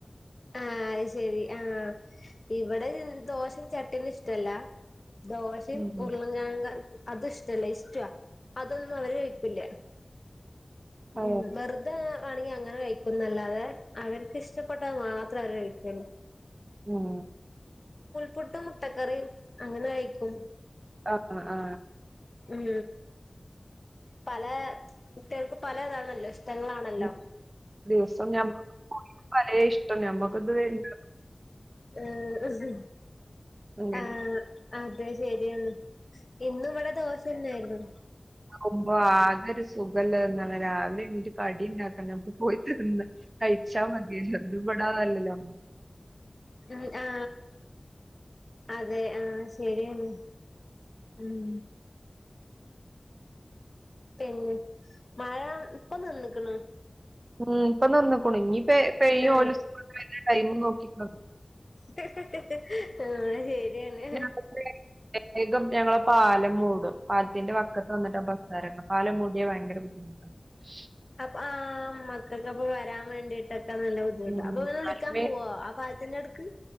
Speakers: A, on the left; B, on the right.
A: ആ അത് ശെരി ആ ഇവടെ ദോശ ചട്ടി ഒന്നും ഇഷ്ടല്ല. ദോശ
B: ഉം.
A: ഉരുളങ്കെഴങ്ങ അത് ഇഷ്ടല്ല ഇസ്റ്റുഅ അതൊന്നും അവര് കഴിക്കില്ല.
B: ഓ
A: ഉം വെറ്തെ വണെങ്കി അങ്ങനെ കഴിക്കുന്നല്ലതെ അവൻ ക്ക് ഇഷ്ടപ്പെട്ടത് മാത്രെ അവര് കഴിക്കോള്ളൂ.
B: ഉം
A: പുട്ടും മുട്ടക്കറി അങ്ങനെ കയിക്കും.
B: അ അ ആ
A: ഉം പല കുട്ടികൾക്കും പലതാണല്ലോ. ഇഷ്ടങ്ങളാണല്ലോ
B: ഉം ദിവസം ഞമ്മക്ക് ഓല്ക്ക് പലെ ഇഷ്ടം ഞമ്മക്ക ഇത് വേണ്ട.
A: ഏ ഇഹ്
B: അങ്ങനെ
A: ആ അതെ ശരിയാണ് ഇന്നും ഇവിടെ ദോശതന്നെ ആയിരുന്നു.
B: ുമ്പോ ആകെ ഒരു സുഖമല്ലന്ന രാവിലെ എണിൻ്റെ കടി ഉണ്ടാക്കാക്ക് പോയി തന്ന കഴ ചാ മതിയല്ലോ ഇത്ഇവടെ അതല്ലല്ലോ.
A: ഉം ആ അതെ ആ ശരിയാണ്. ഉം പിന്നെ മഴ ഇപ്പൊ നിന്നിക്ണ്.
B: ഉം ഇപ്പൊ നിന്നുക്കുണയ് ഇഞ്ഞിപെ പെയ്യും
A: ഉം
B: ഓല് സ്കൂൾട്ട് വര്ണ ടൈം നോക്കിങ്ങാണ്ട്.
A: ഹാ ഹ ആ ശരിയാണ്
B: ഞാൻ വേഗം ഞങ്ങളെ പാലം മൂടും പാലത്തിന്റെ വക്കത്ത് വന്നിട്ടാ ബസ്സറങ്ങാ പാലം മൂടി ഭയങ്കര ബുദ്ധിമുട്ടാണ്. ശ്
A: അപ്പ ആ മക്കൾക്കപ്പോ വരാൻ വേണ്ടിട്ട നല്ല ബുദ്ധിമുട്ടാ
B: ഉം
A: അപ്പഇവനെ വിളിക്കാൻ
B: ആദ്യമേ
A: പോകോ അ പാലത്തിന്നട്